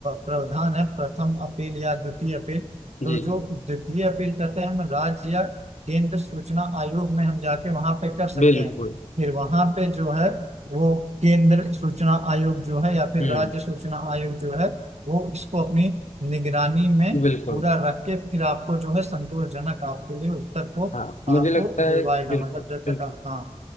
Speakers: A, on the right; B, on the left.
A: प्रावधान है प्रथम अपील या द्वितीय अपील तो
B: जी
A: जो
B: जी
A: द्वितीय अपील करते हैं हम राज्य या केंद्र सूचना आयोग में हम जाके वहां पे कर सकते
B: बिल्कुल
A: हैं फिर वहां पे जो है वो केंद्र सूचना आयोग जो है या फिर
B: हम्म
A: राज्य सूचना आयोग जो है वो इसको अपनी निगरानी में
B: बिल्कुल
A: पूरा रख के फिर आपको जो है संतोषजनक आपके लिए उत्तर को
B: हाँ
A: आपको
B: मुझे लगता
A: दिलवाएगा
B: है बिल्कुल
A: मतलब जब
B: बिल्कुल
A: तक आप हाँ